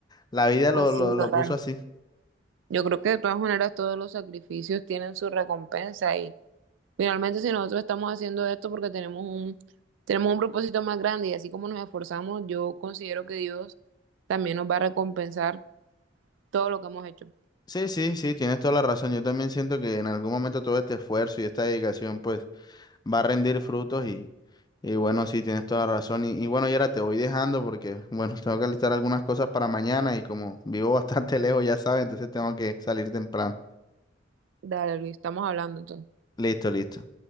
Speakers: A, on the left; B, on the right.
A: la vida
B: Pues
A: lo, lo,
B: sí,
A: lo
B: total.
A: puso así.
B: Yo creo que de todas maneras todos los sacrificios tienen su recompensa y finalmente si nosotros estamos haciendo esto porque tenemos un, tenemos un propósito más grande y así como nos esforzamos, yo considero que Dios también nos va a recompensar todo lo que hemos hecho.
A: Sí, sí, sí, tienes toda la razón. Yo también siento que en algún momento todo este esfuerzo y esta dedicación, pues va a rendir frutos y, y bueno, sí, tienes toda la razón. Y, y bueno, Yera, te voy dejando porque, bueno, tengo que listar algunas cosas para mañana y como vivo <laughs> bastante lejos, ya sabes, entonces tengo que salir temprano.
B: Dale, Luis, estamos hablando entonces.
A: Listo, listo.